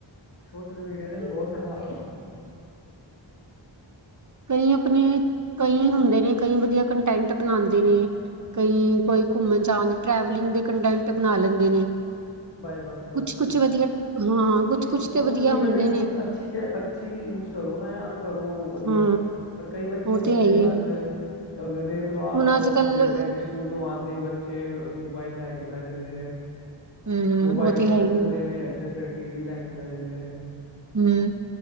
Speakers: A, on the left; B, on the right.
A: ਸੋਸ਼ਲ ਮੀਡੀਆ ਨੇ ਬਹੁਤ ਖਰਾਬ
B: ਕਈ ਆਪਣੇ, ਕਈ ਹੁੰਦੇ ਨੇ ਕਈ 'ਵਧੀਆ ਕੰਟੈਂਟ ਬਣਾਉਂਦੇ ਨੇ, ਕਈ ਕੋਈ ਘੁੰਮਣਂ ਜਾਣ, 'ਟਰੈਵਲਿੰਗ ਦੇ ਕੰਟੈਂਟ ਬਣਾ ਲੈਂਦੇ ਨੇ।
A: ਬਾਏ ਬਸ, ਬਸ
B: ਕੁਛ ਕੁਛ ਵਧੀਆ ਹਾਂ
A: ਕੁਝ
B: ਕੁਛ ਕੁਛ
A: ਸੋਸ਼ਲ
B: ਤੇ ਵਧੀਆ
A: ਮੀਡੀਆ
B: ਹੁੰਦੇ
A: ਦਾ ਯੂਜ
B: ਨੇ
A: ਅੱਛੀ ਜਾਈ, ਅੱਛੀ ਵੀ ਯੂਜ ਕਰੋ ਨਾ ਯਾਰ ਕਰੋ ਵਧੀਆ
B: ਹਾਂ
A: ਪਰ ਕਈ 'ਬੱਚੇ
B: ਉਹ
A: ਹੁੰਦੇ
B: ਤੇ ਹੈ
A: ਨੇ
B: ਹੀ
A: ਬਸ
B: ਹੈ।
A: ਹੁਣਂ ਦੇਖ ਲਓ ਆਪ,
B: ਹੁਣ ਅੱਜ ਕੱਲ
A: ਪ੍ਰਜੈਂਟ ਟਾਈਮ 'ਤੇ ਸਕੂਲੋਂ ਆਉਂਦੇ ਹੀ ਬੱਚੇ ਫਿਰ ਮੋਬਾਇਲ ਲੈ ਕੇ ਬਹਿ ਜਾਂਦੇ ਨੇ,
B: ਹਮ
A: ਮੋਬਾਈਲ
B: ਉਹ ਤੇ
A: ਤੋਂ
B: ਹੈ ਹੀ
A: ਉੱਠਦੇ
B: ਹੈ।
A: ਨੇ ਤੇ ਫਿਰ 'ਟੀ ਵੀ ਲੈ ਕੇ ਬੈਠ ਜਾਂਦੇ ਨੇ,
B: ਹਮ